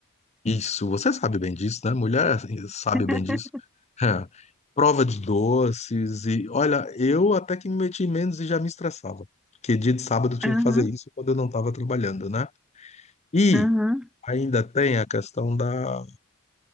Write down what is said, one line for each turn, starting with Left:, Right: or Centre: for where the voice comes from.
Left: Isso, você sabe bem disso, né? Mulher assim, sabe
Centre: <laughs>
Left: bem disso. É. Prova de doces e olha, eu até que me meti menos e já me estressava, porque dia de sábado eu tinha
Centre: Aham,
Left: que fazer isso quando eu não estava trabalhando, né? E
Centre: aham.
Left: ainda tem a questão da,